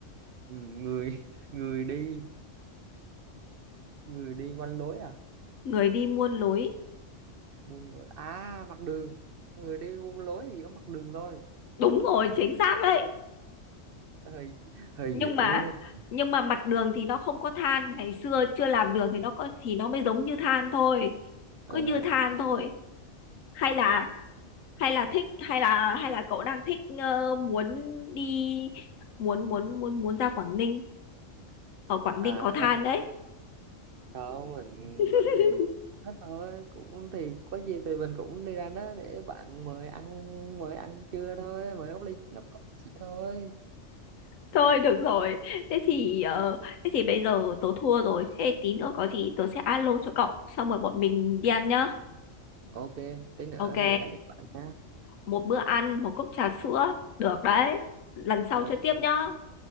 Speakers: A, on the right (about 60°); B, on the left (about 80°).
A: ừ, người <laughs> người đi người đi quanh lối à
B: người đi muôn lối
A: buông lối à mặt đường người đi buông lối thì có mặt đường thôi
B: đúng rồi chính xác đấy
A: hơi hơi
B: nhưng
A: dễ
B: mà
A: với mình
B: nhưng mà mặt đường thì nó không có than ngày xưa chưa làm đường thì nó có thì nó mới giống như than thôi
A: Ờ,
B: cứ như than thôi hay là hay là thích hay là hay là cậu đang thích ờ, muốn đi muốn muốn muốn muốn ra Quảng Ninh ở Quảng
A: à
B: Ninh có than
A: không
B: đấy
A: không mình
B: <laughs>
A: mình thì hết thôi cũng thì có gì thì mình cũng đi ra đó để bạn mời ăn mời ăn trưa thôi mời góc ly góc cốc sữa thôi
B: thôi được rồi thế thì ờ, thế thì bây giờ tớ thua rồi thế tí nữa có gì tớ sẽ alo cho cậu xong rồi bọn mình đi ăn nhá
A: ok tí nữa
B: ok
A: thì hẹn gặp bạn nha
B: một bữa ăn một cốc trà sữa được đấy lần sau
A: ok
B: chơi tiếp nhá